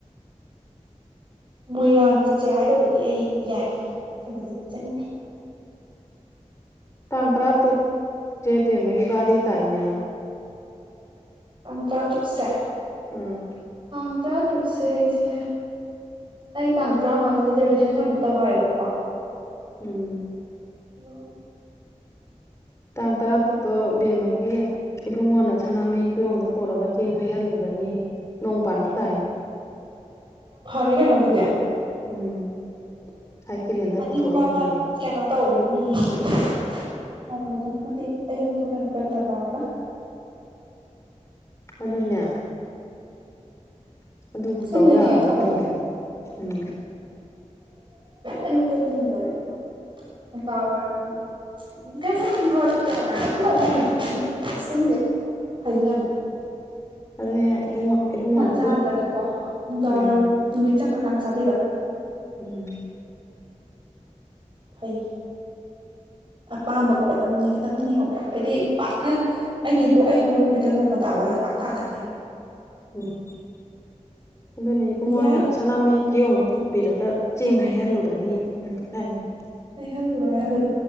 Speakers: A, on the right; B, on the left.
A: ꯃꯣꯏꯔꯥꯡ ꯆꯠꯁꯦ ꯍꯥꯏꯔꯕꯗꯤ ꯑꯩ ꯌꯥꯏ ꯅꯠꯇꯕ ꯑꯗꯨꯗꯤ ꯆꯠꯅꯤꯡꯗꯦ
B: ꯇꯥꯡ ꯇꯔꯥ ꯇꯨꯛ ꯆꯦ ꯕꯦꯝꯃꯒꯤ ꯕꯥꯔꯗꯦ ꯇꯥꯏꯅꯦ
A: ꯇ ꯇ꯭ꯔꯥ ꯇꯨꯨꯛꯁꯦ
B: ꯎꯝ
A: ꯇꯥꯡ ꯇꯔꯥ ꯇꯨꯛꯁꯦ ꯑꯩꯁꯦ ꯑꯩ ꯇꯥꯡ ꯇꯔꯥꯃꯉꯥꯗ ꯗꯤꯖꯔꯇꯦꯁꯟ ꯁꯕꯃꯤꯠ ꯇꯧ ꯍꯥꯏꯌꯦꯕꯀꯣ
B: ꯎꯝ
A: ꯑꯣ
B: ꯇꯥꯡ ꯇꯔꯥ ꯇꯨꯛꯇꯣ ꯕꯦꯝꯃꯒꯤ ꯍꯩ ꯏꯕꯨꯡꯉꯣꯅ ꯁꯅꯥꯃꯍꯤ ꯀꯤꯌꯣꯡꯗ ꯄꯨꯔꯒ ꯆꯦꯡ ꯍꯩꯍꯜꯂꯨꯔꯅꯤ ꯅꯣꯡ ꯄꯥꯟꯕ ꯇꯥꯏꯌꯦ
A: <inaudible>
B: ꯎꯝ ꯁꯥꯏꯠ ꯀꯦꯂꯦꯟꯗꯔ
A: ꯑꯅꯤꯡꯕ
B: ꯄꯨꯊꯣꯛꯑ ꯌꯦꯡꯅꯩ
A: ꯑꯃ ꯀꯩꯅꯣ ꯇꯧꯅꯤꯕ ꯃꯇꯦ ꯑꯌꯨꯛꯇꯨ ꯀꯩꯅꯣ ꯕ꯭ꯔꯠꯇ ꯇꯧꯔꯒ
B: ꯑꯗꯨꯅꯦ ꯑꯗꯨꯕꯨ
A: ꯑꯁꯦꯡꯕꯩꯅꯦ
B: ꯇꯧ ꯌꯥꯒꯗ꯭ꯔꯥ
A: ꯐꯕꯅꯦ
B: ꯈꯪꯗꯦ ꯎꯝ
A: ꯑꯌꯨꯛꯇ ꯅꯤꯌꯣꯏ ꯑꯗꯣ ꯅꯨꯡꯗꯥꯡꯋꯥꯏꯔꯝ ꯀꯩꯁꯨꯨꯝꯛꯇꯃꯥꯏꯅ ꯑꯗꯨꯝ ꯑꯋꯥꯕꯅꯤ ꯀꯩꯁꯨꯝ ꯀ ꯐꯥꯁꯇꯤꯡꯁꯦ ꯐꯩ ꯌꯥꯝꯅꯤ
B: ꯑꯗꯨ ꯏ ꯏꯕꯨꯡꯉꯣ ꯏꯕꯨꯡꯉꯣꯅ
A: ꯆꯥꯗ꯭ꯔꯒꯀꯣ
B: ꯑꯗꯨ
A: ꯅꯨꯡꯗꯥꯡꯋꯥꯏꯔꯝ
B: ꯎꯝ
A: ꯅꯨꯃꯤꯠ ꯆꯪꯉꯛ ꯀꯥꯟ ꯆꯥꯕꯤꯕ <unintelligible>
B: ꯎꯝ
A: ꯐꯩ ꯑꯄꯥꯝꯕ ꯄꯣꯠ ꯑꯃꯅꯤ ꯈꯤꯇꯪ ꯅꯤꯍꯧꯕ ꯍꯥꯏꯗꯤ ꯄꯥꯛꯅ ꯑꯩꯅ ꯏꯄꯣꯛ ꯑꯩ ꯏꯄꯣꯛ ꯅꯨꯃꯤꯠꯇꯣ ꯅꯣꯡꯃ ꯇꯥꯕꯒ ꯄꯥꯛ ꯇꯥꯗꯝꯅꯦꯕ
B: ꯎꯝ ꯑꯗꯨꯅ ꯏꯕꯨꯡꯉꯣꯅ
A: ꯌꯥꯏ
B: ꯁꯅꯥꯃꯍꯤ ꯀꯤꯌꯣꯡ ꯄꯨꯕꯤꯔꯒ ꯆꯦꯡ ꯍꯩꯍꯜꯂꯨꯔꯅꯤ ꯎ ꯍꯥꯏꯅꯤ
A: ꯍꯩꯍꯜꯂꯨꯔꯣ ꯍꯜꯂꯨꯔꯣ